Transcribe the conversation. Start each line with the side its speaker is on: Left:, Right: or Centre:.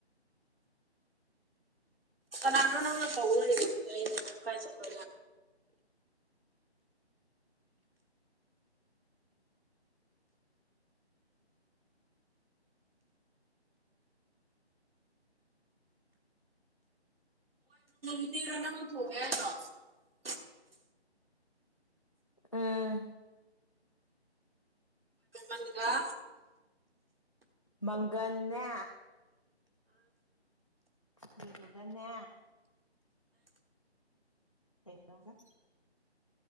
Right: ꯀꯅꯅꯣꯅ ꯐꯧ ꯂꯩ ꯀꯥꯏ ꯆꯄ ꯔꯣ ꯊ‌ꯣꯡꯉ‌ꯦ ꯍꯥꯏꯗ‌ꯣ
Left: ꯎꯝ
Right: ꯍꯥꯡꯒ
Left: ꯃꯪꯒꯟꯅꯦ ꯀꯗꯨꯗꯨꯒꯅꯦ ꯀꯩꯅ‌ꯣꯒ